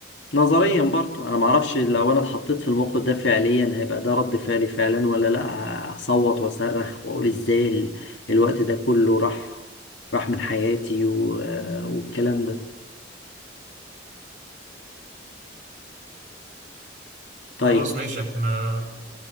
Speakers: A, on the left; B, on the right.
A: نظريا برضو انا معرفش لو انا اتحطيت في الموقف ده فعليا هيبقى ده رد فعلي فعلا ولا لا هصوت واصرخ واقول ازاي ال- الوقت ده كله راح راح من حياتي و... والكلام ده طيب
B: خلاص ماشي احنا